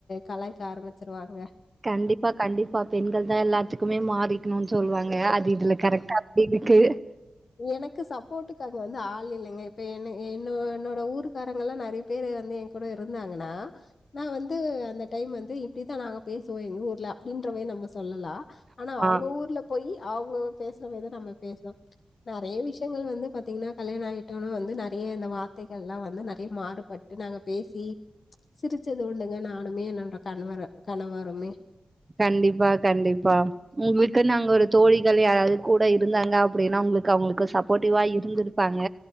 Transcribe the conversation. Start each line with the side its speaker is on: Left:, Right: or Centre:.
Left: கலைாயக்க ஆரம்பிச்சிருவாங்க
Right: கண்டிப்பா கண்டிப்பா பெண்கள் தா எல்லாத்துக்குமே மாறிக்கணும்னு சொல்லுவாங் அது இதுல கரெக்டா அப்படி இருக்கு
Left: எனக்கு சப்போர்ட்டுக்காக வந்து ஆள் இல்லங்க இப்ப என் என்ன என்னோட ஊருக்காரங்கல்லா நிறைய பேர் வந்து கூட இருந்தாங்கன்னா நா வந்து அந்த டைம் வந்து இப்படித்தா நாங்க பேசுவோ எங்க ஊர்ல அப்படின்றவ நம்ம சொல்லலா ஆனா அவங்க
Right: ஆ
Left: ஊர்ல போய் அவங்க பேசுற மாரி தா நம்ம பேசுறோ நிறைய விஷயங்கள் வந்து பாத்தீங்கன்னா கல்யாண ஆகிட்டோனா வந்து நிறைய இந்த வார்த்தைகள் எல்லா வந்து நிறைய மாறுபட்டு நாங்க பேசி சிரிச்சது ஒண்ங்க நானுமே என்னோட கணவர கணவருமே
Right: கண்டிப்பா கண்டிப்பா உங்களுக்குன்னு அங்க ஒரு தோழிகள் யாராவது கூட இருந்தாங்க அப்படின்னா அவங்களுக்கு சப்போர்ட்டிவா இருந்திருப்பாங்க